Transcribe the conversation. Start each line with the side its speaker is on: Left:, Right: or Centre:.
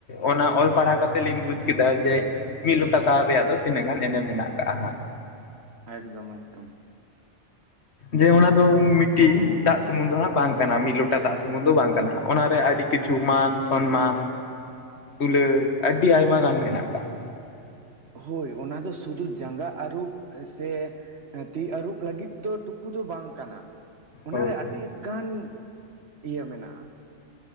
Left: ᱚᱱᱟ ᱚᱞ ᱯᱟᱲᱦᱟᱣ ᱠᱟᱛᱮ ᱞᱤᱧ ᱵᱩᱡᱽ ᱠᱮᱫᱟ ᱡᱮ ᱢᱤᱫ ᱞᱚᱴᱟ ᱫᱟᱣ ᱨᱮᱭᱟᱜ ᱫᱚ ᱛᱤᱱᱟᱹᱜ ᱜᱟᱱ ᱮᱱᱮᱢ ᱢᱮᱱᱟᱜᱱᱟᱜ ᱟᱠᱟᱜᱼᱟ ᱦᱟᱸᱜ
Right: ᱮᱠᱫᱚᱢ ᱮᱠᱫᱚᱢ
Left: ᱡᱮ ᱚᱱᱟ ᱫᱚ ᱢᱤᱫᱴᱤᱡ ᱫᱟᱜ ᱥᱩᱢᱩᱱᱝ ᱫᱚ ᱦᱟᱸᱜ ᱵᱟᱝ ᱠᱟᱱᱟ ᱢᱤᱫ ᱞᱚᱴᱟ ᱫᱟᱜ ᱥᱩᱢᱩᱱ ᱫᱚ ᱵᱟᱝ ᱠᱟᱱᱟ ᱦᱟᱸᱜ ᱚᱱᱟᱨᱮ ᱟᱹᱰᱤ ᱠᱤᱪᱷᱩ ᱢᱟᱱ ᱥᱚᱱᱢᱟᱱ ᱫᱩᱞᱟᱹᱲ ᱟᱹᱰᱤ ᱟᱭᱢᱟ ᱜᱟᱱ ᱢᱮᱱᱟᱜ ᱟᱠᱟᱫᱼᱟ
Right: ᱦᱳᱭ ᱚᱱᱟ ᱫᱚ ᱥᱩᱫᱩ ᱡᱟᱸᱜᱟ ᱟᱹᱨᱩᱵ ᱥᱮ ᱮᱸ ᱛᱤ ᱟᱨᱩᱵ ᱞᱟᱹᱜᱤᱫ ᱫᱚ ᱴᱩᱠᱩ ᱫᱚ ᱵᱟᱝ ᱠᱟᱱᱟ ᱚᱱᱟᱨᱮ
Left: ᱦᱳᱭ
Right: ᱟᱹᱰᱤᱜᱟᱱ ᱤᱭᱟᱹ ᱢᱮᱱᱟᱜᱼᱟ